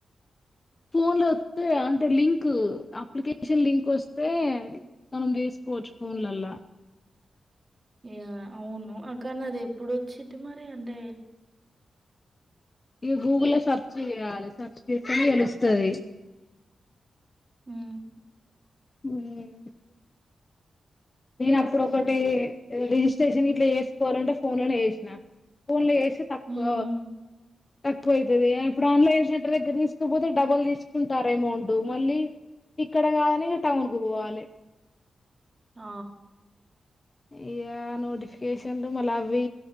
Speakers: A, on the left; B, on the right.
A: ఫోన్ ఫోన్ ఒత్తే అంటే లింక్ అప్లికేషన్ లింక్ వస్తే, మనం వేసుకోవచ్చు ఫోన్ లల్లా
B: ఇగ అవును కానీ అది ఎప్పుడు వచ్చిద్ది మరి అంటే,
A: ఇగ గూగుల్ల సెర్చ్ చేయాలి, సెర్చ్ చేత్తేనే తెలుస్తది.
B: హ్మ్
A: ఉమ్ నేను అప్పుడ ఒకటె రిజిస్ట్రేషన్ గిట్లా చేసుకోవాలంటే, ఫోన్ లనే చేసినా ఫోన్ లో చేసి తక్కువ
B: హ్మ్.
A: తక్కువ ఐతది ఇప్పుడు ఆన్లైన్ సెంటర్ దగ్గర తీసుకపోతే డబుల్ తీసుకుంటారెమో అమౌంట్, మళ్ళీ ఇక్కడ కాదని ఇగ టౌన్ కు పోవాలె
B: ఆ
A: ఇయా నోటిఫికేషన్లు మళ్ళ అవ్వి